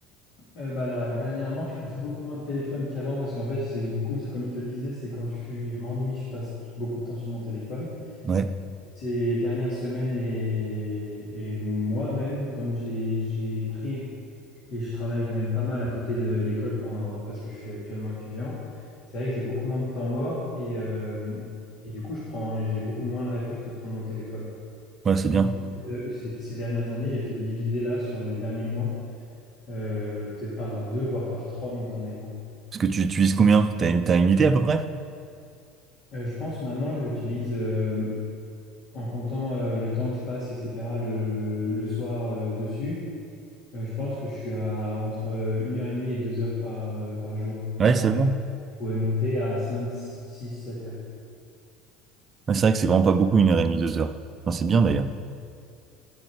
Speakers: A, on the left; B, on the right.
A: Euh, bah là, dernièrement, je passe beaucoup moins de téléphone qu'avant parce qu'en fait, c'est du coup, c'est comme je te le disais, c'est quand je suis, je m'ennuie, je passe beaucoup de temps sur mon téléphone.
B: Ouais,
A: Ces dernières semaines et, et moi-même, comme j'ai j'ai pris et je travaille quand même pas mal à côté de l'école en- parce que je suis actuellement étudiant, c'est vrai que j'ai beaucoup moins de temps mort et, euh, et du coup, je prends, j'ai beaucoup moins le réflexe de prendre mon téléphone.
B: ouais, c'est bien.
A: Donc, euh, ces, ces dernières années, j'ai peut-être divisé là sur les derniers mois, euh, peut-être par deux, voire par trois mon temps d'écran.
B: Parce que tu utilises combien? T'as une, t'as une idée à peu près?
A: Euh, je pense maintenant, je l'utilise euh, en comptant euh, le temps que je passe, etc., le, le soir euh, dessus. Euh, je pense que je suis à entre 1h30 et 2 heures par, euh, par jour.
B: Ouais,
A: Alors
B: seulement.
A: qu'après, je pourrais monter à 5, 6, 7 heures.
B: Ouais, c'est vrai que c'est vraiment pas beaucoup, une heure et demie, deux heures. Enfin, c'est bien d'ailleurs.